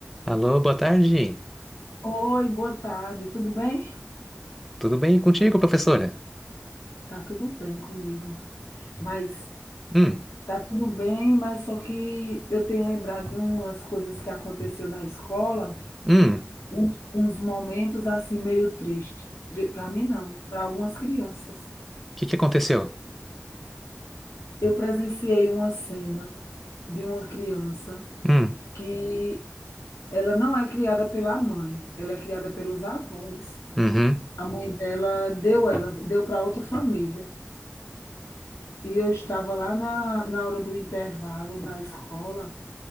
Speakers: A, in the centre; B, on the left (about 85°).
A: Alô, boa tarde.
B: Oi, boa tarde, tudo bem?
A: Tudo bem contigo, professora?
B: Tá tudo bem comigo, mas
A: Hum,
B: tá tudo bem, mas só que eu tenho lembrado de umas coisas que aconteceu na escola,
A: hum, o
B: uns, uns momentos assim meio triste, para mim não, para algumas crianças.
A: que que aconteceu?
B: Eu presenciei uma cena de uma criança
A: Hum,
B: que ela não é criada pela mãe, ela é criada pelos avós.
A: uhum,
B: A mãe dela deu ela, deu para outra família. E eu estava lá na, na hora do intervalo na escola